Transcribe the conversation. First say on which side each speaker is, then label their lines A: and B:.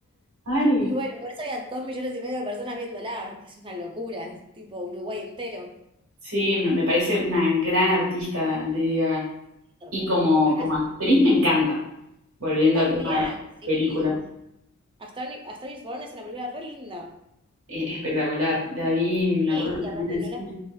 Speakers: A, on the right; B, on the right.
A: Mal.
B: Y bueno, por eso había dos millones y medio de personas viéndola, que es una locura, es tipo Uruguay entero.
A: Sí, me me parece una gran artista, Lady Gaga.
B: Es hermoso.
A: Y como,
B: Lo que
A: como
B: hace.
A: actriz me encanta. Volviendo
B: También,
A: al tema de
B: sí.
A: películas,
B: A Star, A Star is Born es una película re linda.
A: es, es espectacular. La vi, me
B: Sí,
A: acuerdo que
B: y
A: también
B: aparte
A: en el
B: no
A: cine.
B: la,